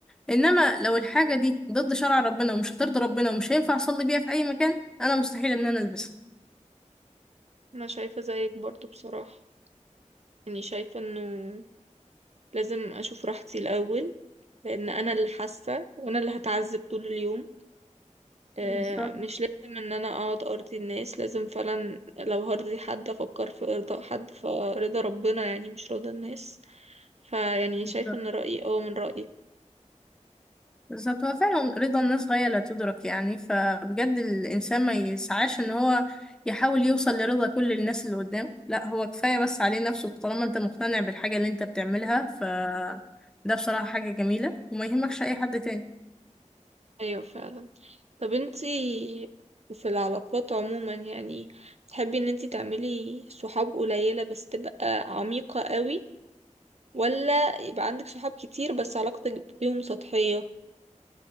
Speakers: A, in the centre; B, on the right.
A: انما لو الحاجة دي ضد شرع ربنا ومش هترضي ربنا ومش هينفع اصلي بيها في اي مكان انا مستحيل ان انا البسها
B: انا شايفه زيك برضو بصراحه يعني شايفة انه لازم اشوف راحتي الاول لان انا اللي حاسة وانا اللي هتعذب طول اليوم آه،
A: بالظبط
B: مش لازم ان انا اقعد ارضي الناس لازم فعلا لو هرضي حد افكر في ارضاء حد فرضا ربنا يعني مش رضا الناس فيعني
A: بالظبط
B: شايفة ان رأيي اه من رأيك
A: بالظبط هو فعلا رضا الناس غاية لا تدرك يعني فبجد الإنسان ما يسعاش إن هو يحاول يوصل لرضا كل الناس اللي قدام لا هو كفاية بس عليه نفسه طالما أنت مقتنع بالحاجة اللي أنت بتعملها ف ده بصراحة حاجة جميلة وما يهمكش أي حد تاني
B: ايوه فعلا طب انتي في العلاقات عموما يعني تحبي ان انتي تعملي صحاب قليلة بس تبقى عميقة قوي ولا يبقى عندك صحاب كتير بس علاقتك بيهم سطحية